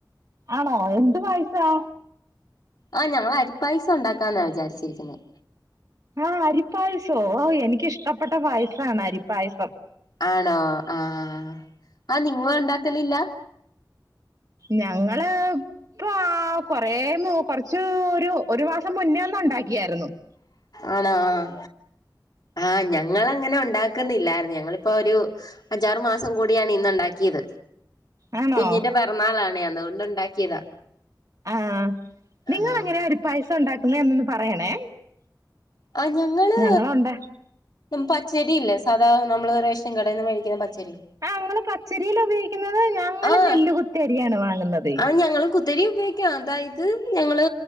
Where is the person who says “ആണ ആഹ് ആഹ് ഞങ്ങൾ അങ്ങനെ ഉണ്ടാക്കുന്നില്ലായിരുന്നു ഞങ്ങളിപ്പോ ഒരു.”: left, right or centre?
Left